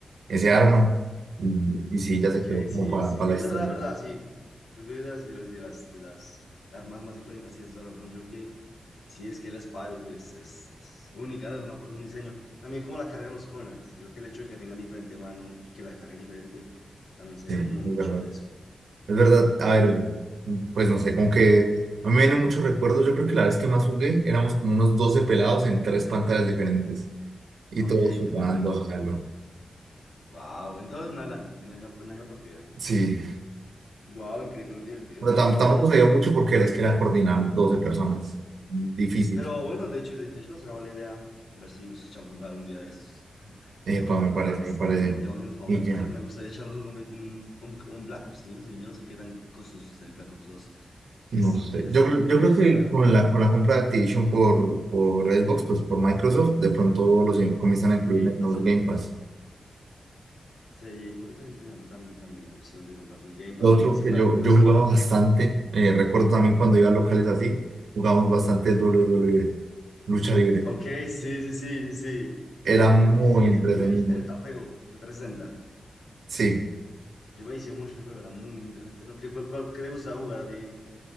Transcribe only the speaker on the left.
Ok,
sí,
sí, es
verdad,
es verdad, sí. Yo creo que de las, de las, de las de las armas más icónicas, sí, es toda la razón. Yo creo Sí, es que la espada de luz es, es, es única, ¿no? Es, una- es un diseño. También como la cargan los Covenants. Creo que el hecho de que tengan diferente mano y que la cargue diferente, también se
ve
muy, muy
chévere eso.
Ok,
entretenido.
Wow, entonces una LAN, en la misma, en la misma partida.
Wow, increíble, muy divertido.
No,
yo nunca
jugué,
yo nunca
jugué
tanto.
Pero bueno, de hecho, de, de hecho no será mala idea ver si nos echamos un jugar un día de estos.
A
ver si nos,
si nos motivamos y nos jugamos
un
jueguito. Me gustaría echarnos un, compet- un, un, un Black Ops. Yo no sé, yo no sé qué tan costoso es el Black Ops dos
estos
días.
O si
se pueda.
En Game
Pass
será.
Sería impo- sería interesante tam- también esa opción de comprarse un Game Pass
o algo así
para
comprarse
un.
Ok, sí, sí, sí, sí, sí.
Yo,
eh, sí,
yo- yo me eh, al juego de trescientos sesenta
Yo me hice mucho ese juego, era muy, muy interesante. ¿no? ¿Qué, cuál- cuál- qué te gustaba jugar a ti en